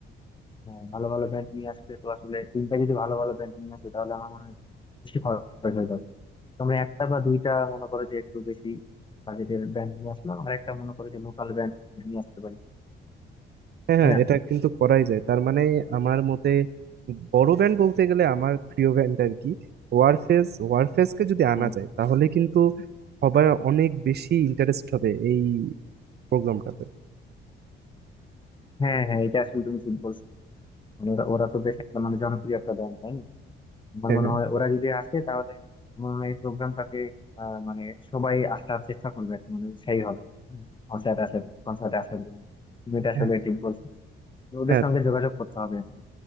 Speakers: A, on the left; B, on the right.
A: হ্যাঁ, ভালো ভালো ব্যান্ড নিয়ে আসলে তো আসলে তিনটা যদি ভালো ভালো ব্যান্ড নিয়ে আসে তাহলে আমার মনে হয় বেশি খরচ হয়ে যাবে তোমরা একটা বা দুইটা মনে করো যে একটু বেশি বাজেটের ব্র্যান্ড নিয়ে আসলাম আর একটা মনে করো যে লোকাল ব্র্যান্ড নিয়ে আসতে পারি
B: হ্যাঁ
A: তাই
B: হ্যাঁ
A: না
B: এটা কিন্তু করাই যায় তার মানে আমার মতে বড় ব্যান্ড বলতে গেলে আমার প্রিয় ব্যান্ড আর কি ওয়ারফেজ ওয়ারফেজকে যদি আনা
A: হ্যাঁ
B: যায় তাহলে কিন্তু সবাই অনেক বেশি ইন্টারেস্ট হবে এই প্রোগ্রামটাতে
A: হ্যাঁ হ্যাঁ, এটা আসলে তুমি ঠিক বলছো মানে ওরা ওরা তো বেশ একটা মানে জনপ্রিয় একটা ব্র্যান্ড তাই না আমার
B: হ্যাঁ
A: মনে
B: হ্যাঁ
A: হয় ওরা যদি আসে তাহলে আমার মনে হয় এই প্রোগ্রামটাকে মানে সবাই আসার চেষ্টা করবে আর কি, মানে সেই হবে কনসার্ট আসার কনসার্টে আসার জন্য তুমি এটা
B: হ্যাঁ
A: আসলে ঠিক বলছো তো ওদের
B: হ্যাঁ
A: সঙ্গে যোগাযোগ করতে হবে আর কি